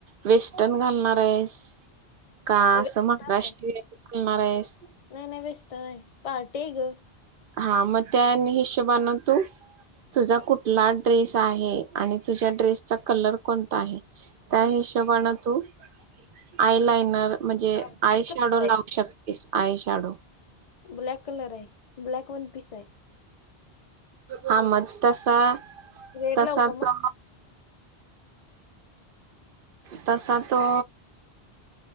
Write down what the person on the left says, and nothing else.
वेस्टर्न
आहे
नाही नाही बेस्ट नाही पार्टी आहे ग
हम्म
ब्लॅक
कलर आहे
ब्लॅक कलर आहे ब्लॅक वन पीस आहे
रेड
लावू का मग